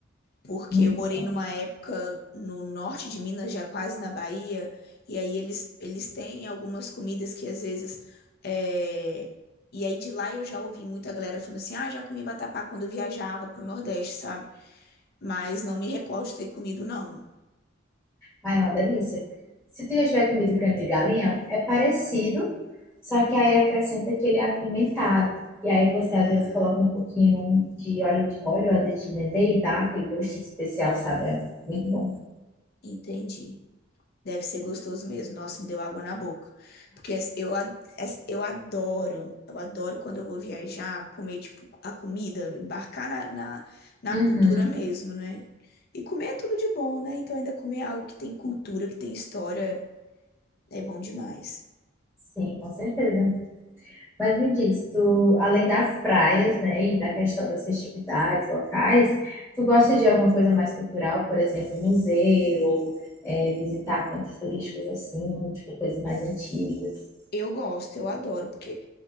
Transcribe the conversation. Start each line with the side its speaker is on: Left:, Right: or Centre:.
Left: Porque
Centre: Muito
Left: eu morei
Centre: bom.
Left: numa época no norte de Minas, já quase na Bahia. E aí eles, eles têm algumas comidas que às vezes. é, E aí de lá eu já ouvi muita galera falando assim: ah, já comi vatapá quando eu viajava pro Nordeste, sabe? Mas não me recordo de ter comido, não.
Centre: Ai, é uma delícia. Se tu já tiver comido creme de galinha, é parecido, só que aí acrescenta que ele é apimentado. E aí você
Left: Ah,
Centre: às vezes coloca um pouquinho de óleo de óleo, azeite de dendê e dá aquele gostinho especial, sabe? É muito bom.
Left: entendi. Deve ser gostoso mesmo. Nossa, me deu água na boca. Porque as- eu, a- as- eu adoro, eu adoro quando eu vou viajar, comer, tipo, a comida, embarcar na, na, na
Centre: Uhum.
Left: cultura mesmo, né? E comer é tudo de bom, né? Então ainda comer é algo que tem cultura, que tem história, é bom demais.
Centre: Sim, com certeza. Mas me diz, tu, além das praias, né, e da questão das festividades locais, tu gosta de alguma coisa mais cultural, por exemplo, museu, é, visitar pontos turísticos assim, tipo coisas mais antigas?
Left: Eu gosto, eu adoro, porque